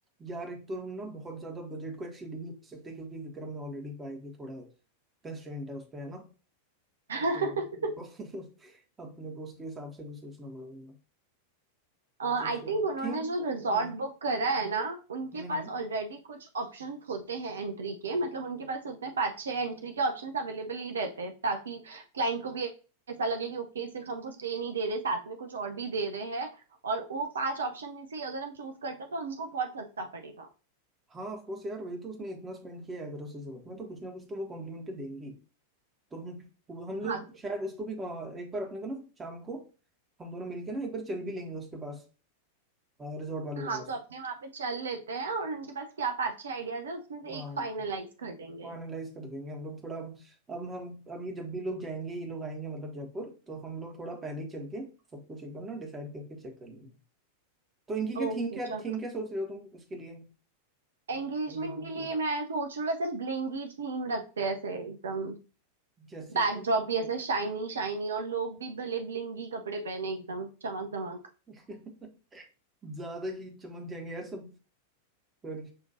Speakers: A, on the right (about 15°); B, on the right (about 65°).
A: यार एक तो हम ना बहुत ज्यादा बजट को एक्सीड भी नहीं कर सकते क्योंकि विक्रम में ऑलरेडी पाएगी थोड़ा कंस्ट्रेंट है उस पे है ना
B: <laughs>
A: तो अपने को <laughs> अपने को उसके हिसाब से भी सोचना पड़ेगा
B: आई
A: तो फिर
B: थिंक उन्होंने
A: थीम
B: जो रिजॉर्ट
A: हम्म
B: बुक करा है ना उनके
A: हम्म
B: पास
A: हम्म।
B: ऑलरेडी कुछ ऑप्शंस होते हैं एंट्री के मतलब उनके पास उतने पाँच छह एंट्री के ऑप्शंस अवेलेबल ही रहते हैं ताकि क्लाइंट को भी ऐसा लगे कि ओके सिर्फ हमको स्टे नहीं दे रहे साथ में कुछ और भी दे रहे हैं और वो पांच ऑप्शन में से अगर हम चूज करते हैं तो हमको बहुत सस्ता पड़ेगा
A: हाँ ऑफ कोर्स यार वही तो उसने इतना स्पेंड किया है अगर उसे जरूरत में तो कुछ ना कुछ तो वो कॉम्प्लीमेंट देंगी तो हम हम लोग
B: हाँ
A: शायद उसको भी अ, एक बार अपने को ना शाम को हम दोनों मिलके ना एक बार चल भी लेंगे उसके पास रिजॉर्ट वाले
B: हाँ
A: के पास
B: तो अपने वहां पे चल लेते हैं और उनके पास क्या पाँच छह आइडियाज है उसमें से
A: हाँ
B: एक फाइनलाइज कर देंगे
A: फाइनलाइज कर देंगे हम लोग थोड़ा अब हम अब ये जब भी लोग जाएंगे ये लोग आएंगे मतलब जयपुर तो हम लोग थोड़ा पहले ही चल के सब कुछ एक बार ना डिसाइड करके चेक कर लेंगे तो इनकी क्या
B: ओके
A: थीम क्या
B: चलो
A: थीम क्या सोच रहे हो तुम उसके लिए
B: एंगेजमेंट
A: एंगेजमेंट
B: के
A: के
B: लिए
A: लिए
B: मैं सोच रही हूँ ऐसे ब्लिंगी थीम रखते हैं ऐसे एकदम
A: जैसे
B: बैकड्रॉप
A: कि
B: भी ऐसे शाइनी शाइनी और लोग भी भले ब्लिंगी कपड़े पहने एकदम चमक दमक
A: <laughs> ज्यादा ही चमक जाएंगे यार सब फिर